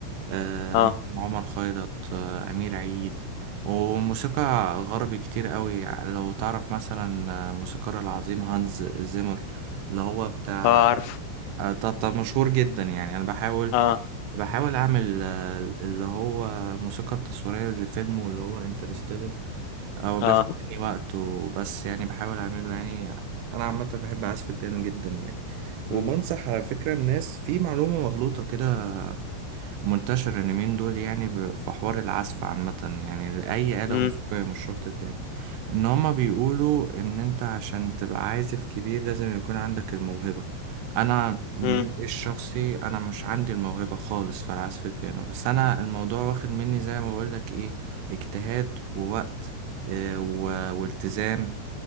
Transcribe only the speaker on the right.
آه،
مثلا عمر خيرت آه، امير عيد وموسيقى غربي كتير قوي لو تعرف مثلا آه، الموسيقار العظيم هانز زيمر اللي هو بتاع
آه، ده ده مشهور جدا يعني انا بحاول
بحاول اعمل آه، اللي هو الموسيقى التصويرية لفيلم واللي هو انترستيلر او بياخد
مني وقت وبس يعني بحاول اعمله يعني انا عامة بحب اعزف البيانو جدا يعني وبنصح
على فكرة الناس في معلومة مغلوطة كده منتشر اليومين دول يعني ب- في حوار العزف عامة يعني لأي آلة
موسيقية مش شرط البيانو إن هما بيقولوا إن أنت عشان تبقى عازف كبير لازم يكون عندك الموهبة أنا من
رأيي الشخصي أنا مش عندي الموهبة خالص في العزف البيانو بس أنا الموضوع واخد مني زي ما بقولك إيه اجتهاد ووقت آه، و- والتزام